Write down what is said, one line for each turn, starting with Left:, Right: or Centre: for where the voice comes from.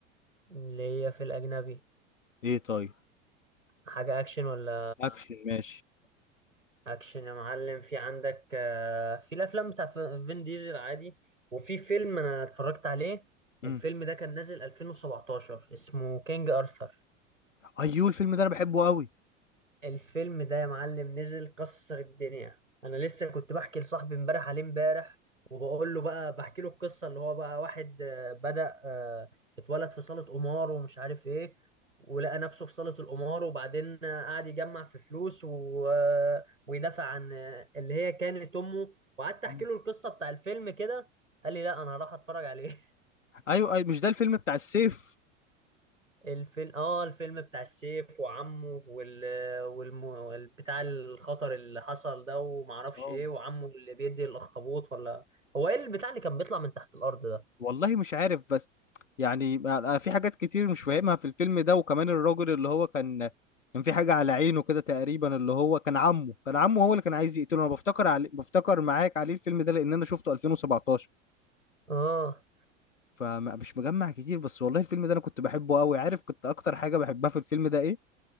Right: اللي هي في الاجنبي
Left: ايه طيب
Right: حاجه اكشن ولا
Left: اكشن ماشي
Right: اكشن يا معلم في عندك آه، في الافلام بتاع ف- فين ديزل عادي وفي فيلم انا اتفرجت عليه الفيلم
Left: امم
Right: ده كان نازل 2017 اسمه كينج ارثر
Left: ايوه الفيلم ده انا بحبه قوي
Right: الفيلم ده يا معلم نزل كسر الدنيا انا لسه كنت بحكي لصاحبي امبارح عليه امبارح وبقول له بقى بحكي له القصه اللي هو بقى واحد آه، بدأ آه، اتولد في صاله قمار ومش عارف ايه ولقى نفسه في صاله القمار وبعدين آه، قعد يجمع في فلوس و... آه، ويدافع عن آه، اللي هي كانت امه وقعدت احكي
Left: مم.
Right: له القصه بتاع الفيلم كده قال لي لا انا هروح اتفرج عليه
Left: ايوه ايوه مش ده الفيلم بتاع السيف
Right: الفيلم اه الفيلم بتاع السيف وعمه وال والم... وال- بتاع الخطر اللي حصل ده ومعرفش
Left: اه
Right: ايه وعمه اللي بيدي الاخطبوط ولا هو ايه البتاع اللي كان بيطلع من تحت الارض ده
Left: والله مش عارف بس يعني انا في حاجات كتير مش فاهمها في الفيلم ده وكمان الراجل اللي هو كان كان في حاجة على عينه كده تقريبا اللي هو كان عمه كان عمه هو اللي كان عايز يقتله انا بفتكر علي... بفتكر معاك عليه الفيلم ده لان انا شفته 2017
Right: اه
Left: فمش مجمع كتير بس والله الفيلم ده انا كنت بحبه قوي عارف كنت اكتر حاجه بحبها في الفيلم ده ايه